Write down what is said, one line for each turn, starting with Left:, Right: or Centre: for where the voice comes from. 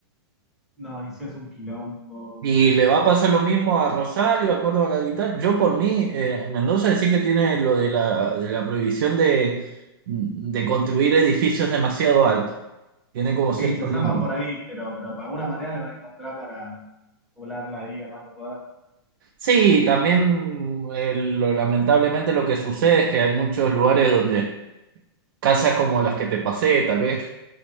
Centre: No, y si es un quilombo.
Right: Y le va a pasar lo mismo a Rosario, a Córdoba Capital. Yo por mí, eh, Mendoza sí que tiene lo de la, de la prohibición de, de construir edificios demasiado altos. Tiene como
Centre: Sí,
Right: ciertos
Centre: se zafan
Right: límites.
Centre: por ahí, pero, pero de alguna manera le van a encontrar para volar la vida, más no poder.
Right: Sí, también eh, lo- lamentablemente lo que sucede es que hay muchos lugares donde casas como las que te pasé, tal vez